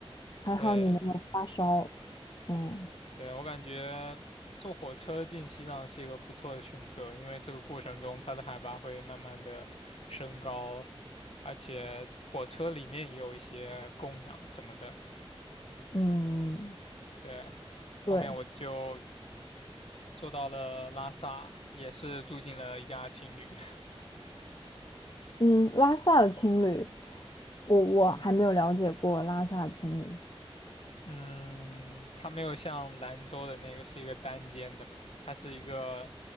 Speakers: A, on the left; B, on the left.
A: 还好你没有发烧。
B: 对，
A: 嗯
B: 对，我感觉坐火车进西藏是一个不错的选择，因为这个过程中它的海拔会慢慢的升高，而且火车里面也有一些供氧什么的。
A: 嗯，
B: 对，
A: 对，
B: 后面我就坐到了拉萨，也是住进了一家青旅。
A: 嗯，拉萨的青旅，我我还没有了解过拉萨的青旅，
B: 嗯，它没有像兰州的那个是一个单间的嘛，它是一个